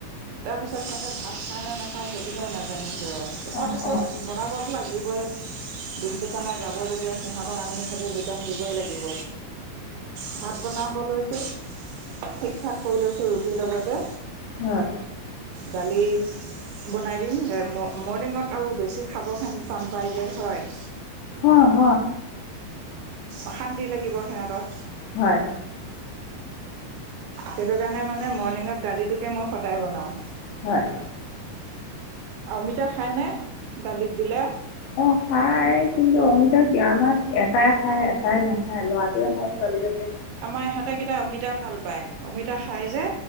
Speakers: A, on the right; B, on the left.
A: তাৰপিছত সিহঁতে ভাত খাই নে নাখায় সেইটোয়ে নাজানিছো আৰু তাহতি
B: অ অ
A: কৈ বনাবতো লাগিবই। দিনটো কাৰণে যাব যেতিয়া সিহঁতক আমি সেইতো যোগান দিবই লাগিব। ভাত বনাব লৈছো। ঠিক ঠাক কৰি লৈছো ৰুটিৰ লগতে
B: হয়
A: দালি বনাই দিম এ ম ম মৰ্ণিঙত আৰু বেছি খাব খাব কাৰণে টান পায় যে হয়।
B: অ হ
A: অশান্তি লাগিব সিহঁতক।
B: হয়
A: সেইটোকাৰণে মানে মৰ্ণিঙত দালিটোকে মই সদায় বনাও।
B: হয়
A: অহ অমিতা খায়নে দলিত দিলে?
B: অ খায় কিন্তু অমিতা কি আমাক এটাই খায় এটাই নাখায় ল'ৰাটোৱে খায় ছোৱালীজনীয়ে
A: আমাৰ ইহঁতেকেইটা অমিতা ভাল পায় অমিতা খাই যে